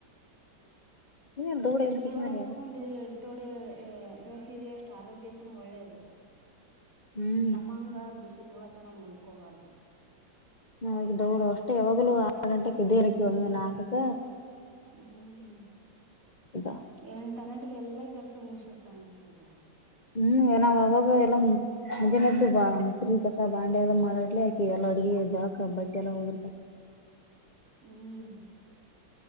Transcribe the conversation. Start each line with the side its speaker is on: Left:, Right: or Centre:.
Left: ಸುಮ್ನೆ ದೌಡ
Right: ಎಷ್ಟ್
Left: ಎದ್ದ ಕಿಶಿಂದರ
Right: ದೊಡ್ಡ ಮುಕ್ಕುಂದ ಎಡ್ ದೊಡ್ಡ ಹೇಳ್ತೀವಿ ಅಷ್ಟು ಆರೋಗ್ಯಕ್ಕೂನ ಒಳ್ಳೇದು
Left: ಹ್ಮ್
Right: ನಮ್ಮಂಗ ಬಿಸಿಲು ಬುಳತನ ಮುಲ್ಕಬಾರ್ದು
Left: ನ ದೌಡ ಅಷ್ಟೇ ಯಾವಾಗ್ಲೂ ಆರ್ ಗಂಟಕ್ಕೆ ದೇರಕ್ಕೆ ಒಮ್ಮೆ ನಾಕಕ್ಕ
Right: ಹ್ಮ್
Left: ಇದ್ದ
Right: ಎಂಟ ನಟಿಗೆ ಎಲ್ಲಾ ಕೆಲ್ಸ ತ್ತ ಮುಗ್ಸಿರ್ತ ಅನ್ನಿಸ್ತದ
Left: ಹ್ಮ್ ನಾವ್ ಆವಾಗ ಎಲ್ಲ ಮುಂಜಾಲೆದ್ದು ಬಾ ಈ ತಸ ಬಾಂಡೆ ಅದ ಮಾಡಾಡ್ಲಿ ಆಕಿ ಎಲ್ಲ ಅಡ್ಗಿ ಜಳಕ ಬಟ್ಟೆ ಎಲ್ಲಾ ಒಗ್ದಿರ್ತಾಳ್
Right: ಹ್ಮ್